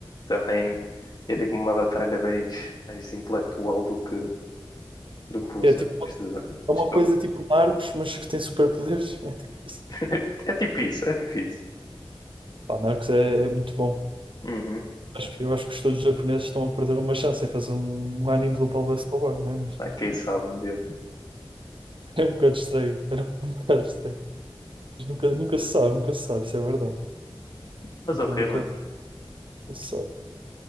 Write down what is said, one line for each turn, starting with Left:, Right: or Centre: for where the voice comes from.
Left: também é tipo uma batalha mais, mais intelectual do que, do que os
Right: É tipo,
Left: anos de, de
Right: é uma
Left: Shonen.
Right: coisa tipo Narcos, mas que tem superpoderes. <laughs> É tipo isso.
Left: <laughs> É é tipo isso, é tipo isso.
Right: Pá, Narcos é, é muito bom.
Left: Uhum.
Right: Acho que, eu acho que os todos japoneses estão a perder uma chance em fazer um, um anime do Pablo Escobar, né? Mas
Left: Ah, quem sabe um dia.
Right: <laughs> é um bocado estranho. <laughs> Era um bocado estranho. Mas nunca, nunca se sabe, nunca se sabe, isso é verdade.
Left: Mas
Right: Nunca,
Left: ok,
Right: nunca,
Left: mano.
Right: se sabe.